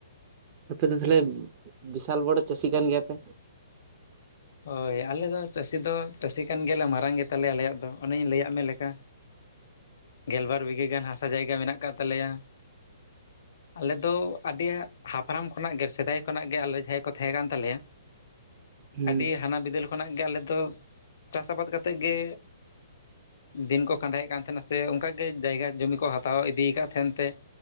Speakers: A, on the right; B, on the left.
A: ᱟᱯᱮ ᱫᱚ ᱛᱷᱟᱞᱮ ᱵᱤᱥᱟᱞ ᱵᱚᱲᱚ ᱪᱟᱥᱤ ᱠᱟᱱ ᱜᱮᱭᱟᱯᱮ!
B: ᱦᱳᱭ, ᱟᱞᱮ ᱫᱚ ᱪᱟᱹᱥᱤ ᱫᱚ ᱪᱟᱹᱥᱤ ᱠᱟᱱ ᱜᱮᱭᱟᱞᱮ, ᱢᱟᱨᱟᱝ ᱜᱮᱛᱟᱞᱮᱭᱟ ᱟᱞᱮᱭᱟᱜ ᱫᱚ ᱚᱱᱮᱹᱧ ᱞᱟᱹᱭᱟᱜ ᱢᱮ ᱞᱮᱠᱟ, ᱜᱮᱞᱵᱟᱨ ᱵᱤᱜᱷᱟᱹ ᱜᱟᱱ ᱦᱟᱥᱟ ᱡᱟᱭᱜᱟ ᱢᱮᱱᱟᱜ ᱠᱟᱫ ᱛᱟᱞᱮᱭᱟ, ᱟᱞᱮ ᱫᱚ ᱟᱰᱤ ᱦᱟᱯᱲᱟᱢ ᱠᱷᱚᱱᱟᱜ ᱜᱮ, ᱥᱮᱫᱟᱭ ᱠᱷᱚᱱᱟᱜ ᱜᱮ, ᱟᱞᱮ ᱡᱟᱦᱟᱸᱭ ᱠᱚ ᱛᱟᱦᱮ ᱠᱟᱱ ᱛᱟᱞᱮᱭᱟ᱾
A: ᱦᱩᱸ
B: ᱟᱰᱤ ᱦᱟᱱᱟ ᱵᱤᱫᱟᱹᱞ ᱠᱷᱚᱱᱟᱜ ᱜᱮ, ᱟᱞᱮ ᱫᱚ ᱪᱟᱥᱟᱵᱟᱫ ᱠᱟᱛᱮᱫ ᱜᱮ, ᱫᱤᱱ ᱠᱚ ᱠᱟᱸᱫᱟᱭᱮᱜ ᱠᱟᱱ ᱛᱟᱦᱮᱱᱟ ᱥᱮ ᱚᱱᱠᱟ ᱜᱮ, ᱡᱟᱭᱜᱟ ᱡᱩᱢᱤ ᱠᱚ ᱦᱟᱛᱟᱣ ᱤᱫᱤᱭᱟᱠᱟᱫ ᱛᱟᱦᱮᱱ ᱛᱮ,